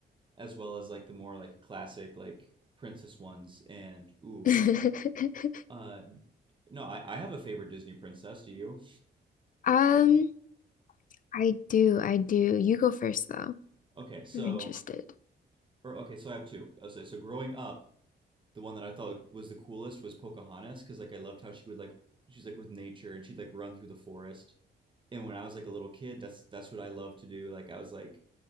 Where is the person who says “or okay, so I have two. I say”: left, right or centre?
Right